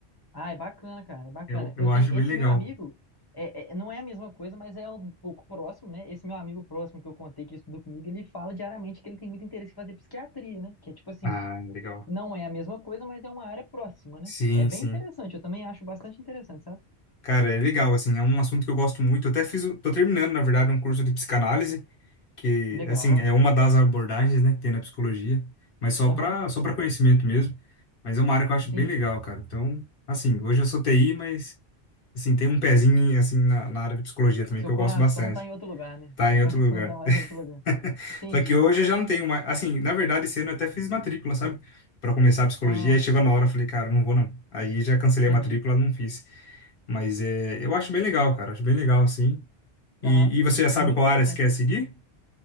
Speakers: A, on the left; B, on the left.
A: Ah, é bacana, cara, é bacana.
B: Eu, eu
A: Eu tenho
B: acho
A: esse
B: bem legal.
A: meu amigo, é, é- não é a mesma coisa, mas é um pouco próximo, né? Esse meu amigo próximo que eu contei que estudou comigo, ele fala diariamente que ele tem muito interesse em fazer psiquiatria, né? Que é tipo assim,
B: Ah, legal.
A: não é a mesma coisa, mas é uma área próxima, né?
B: Sim,
A: É bem
B: sim.
A: interessante, eu também acho bastante interessante, sabe?
B: Cara, é legal, assim, é um assunto que eu gosto muito. Eu até fiz, o- tô terminando, na verdade, um curso de psicanálise, que,
A: Legal.
B: assim, é uma das abordagens, né, que tem na psicologia, mas só
A: Aham,
B: para só para conhecimento mesmo. Mas é uma área que eu acho
A: entendi.
B: bem legal, cara. Então, assim, hoje eu sou TI, mas, assim, tem um pezinho,
A: Se-
B: assim, na, na área de psicologia também,
A: seu
B: que eu
A: coração
B: gosto bastante.
A: tá em outro lugar, né?
B: Tá
A: Seu
B: em
A: coração
B: outro lugar.
A: <laughs> tá mais em outro lugar.
B: <laughs>
A: Entendi.
B: Só que hoje eu já não tenho mais, assim, na verdade, esse ano eu até fiz matrícula, sabe? para começar a psicologia,
A: Ah,
B: aí chegou na hora, eu falei, cara, não vou não. Aí já cancelei
A: entendi.
B: a matrícula, não fiz. Mas é, eu acho bem legal, cara. Acho bem legal, sim. E,
A: Aham.
B: e você já sabe
A: É muito
B: qual
A: interessante
B: área você quer
A: mesmo.
B: seguir?